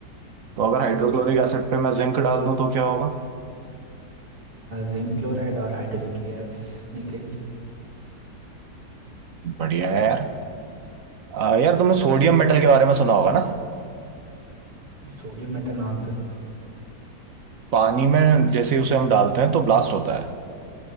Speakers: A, on the right; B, on the right.
A: तो अगर हाइड्रोक्लोरिक एसिड पे मैं जिंक डाल दूं तो क्या होगा
B: जिंक क्लोराइड और हाइड्रोजन की गैस निकलेगी
A: बढ़िया है यार अ, यार तुमने सोडियम मेटल के बारे में सुना होगा ना
B: सोडियम मेटल हाँ सर
A: पानी में जैसे ही उसे हम डालते हैं तो ब्लास्ट होता है